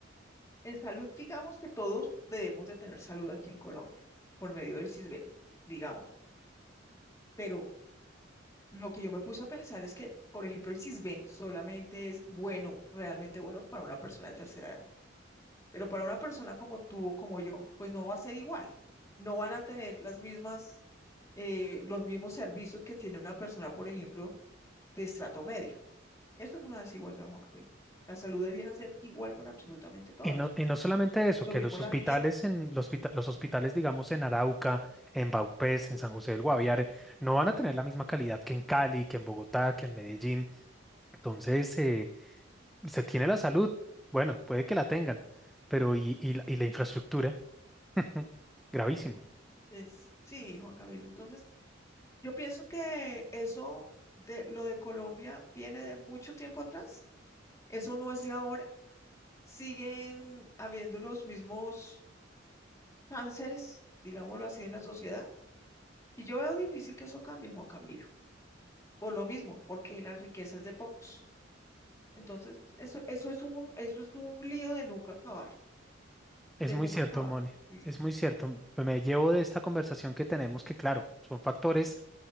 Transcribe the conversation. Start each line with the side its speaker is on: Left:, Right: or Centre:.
Left: En salud, digamos que todos debemos de tener salud aquí en Colombia, por medio del CISBEN, digamos. Pero lo que yo me puse a pensar es que, por ejemplo, el CISBEN solamente es bueno, realmente bueno para una persona de tercera edad. Pero para una persona como tú o como yo, pues no va a ser igual. No van a tener las mismas, eh, los mismos servicios que tiene una persona, por ejemplo, de estrato medio. Esto es una desigualdad, Juan Camilo. La salud debiera ser igual para absolutamente todos.
Centre: Y no, y no solamente eso,
Left: Lo
Centre: que
Left: mismo
Centre: los
Left: la
Centre: hospitales
Left: vivienda.
Centre: en los, hospita- los hospitales, digamos, en Arauca, en Vaupés, en San José del Guaviare, no van a tener la misma calidad que en Cali, que en Bogotá, que en Medellín. Entonces, eh, se tiene la salud. Bueno, puede que la tengan, pero y, y la y la infraestructura, <laughs> gravísimo.
Left: Es, sí, Juan Camilo. Entonces, yo pienso que eso de lo de Colombia viene de mucho tiempo atrás. Eso no es de ahora. Siguen habiendo los mismos cánceres, digámoslo así, en la sociedad. Y yo veo difícil que eso cambie, Juan Camilo. Por lo mismo, porque la riqueza es de pocos. Entonces, eso, eso es un, eso es un lío de nunca acabar,
Centre: Es
Left: de
Centre: muy
Left: nunca
Centre: cierto,
Left: acabar.
Centre: Mone.
Left: y
Centre: Es muy cierto. Me llevo de esta conversación que tenemos que, claro, son factores